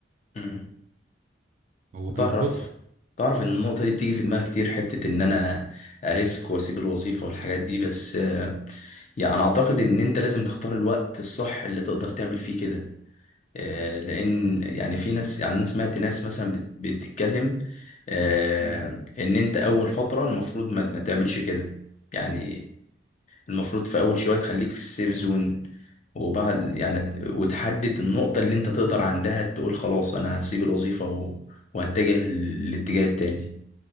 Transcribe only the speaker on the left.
مم.
تعرف تعرف ان النقطة دي بتيجي في دماغي كتير حتة ان انا اريسك واسيب الوظيفة والحاجات دي بس آه، يعني اعتقد ان انت لازم تختار الوقت الصح اللي تقدر تعمل فيه كده آه، لان يعني في ناس يعني انا سمعت ناس مثلا بت- بتتكلم آه،
ان انت اول فتره المفروض ما ما تعملش كده يعني المفروض في اول شويه تخليك في السيف زون وبعد يعني وتحدد النقطه اللي انت تقدر عندها تقول خلاص انا هسيب الوظيفه و- وهتجه للاتجاه التاني